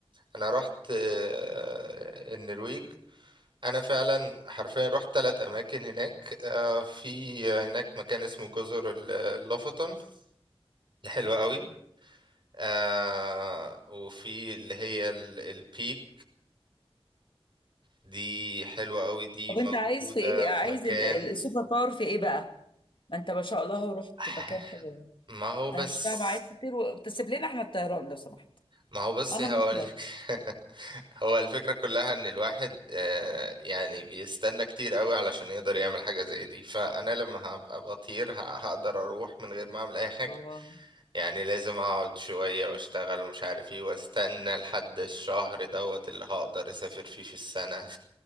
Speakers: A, on the right (about 50°); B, on the left (about 55°).
A: انا رحت آه، النرويج انا فعلا حرفيا رحت ثلاث اماكن هناك آه، في هناك مكان اسمه جزر ال- اللوفطن حلوة قوي آه، وفي اللي هي ال- البيك دي حلوة قوي دي
B: طب
A: موجودة
B: انت عايز في ايه
A: في
B: عايز
A: مكان
B: ال- ال- السوبر باور في ايه بقى ما انت ما شاء الله رحت
A: <laughs>
B: مكان حلو
A: ما هو بس
B: انا مش فاهمة عايز تطير وتسيب لنا احنا الطيران لو سمحت
A: ما هو بس
B: انا
A: هقولك
B: مش هطير.
A: <laughs> هو الفكرة كلها ان الواحد آه، يعني بيستنى كتير قوي علشان يقدر يعمل حاجة زي دي فانا لما هبقى بطير ه- هقدر اروح من غير ما اعمل اي حاجة
B: اه
A: يعني لازم اقعد شوية واشتغل ومش عارف ايه واستنى لحد الشهر دوت اللي هقدر اسافر فيه في السنة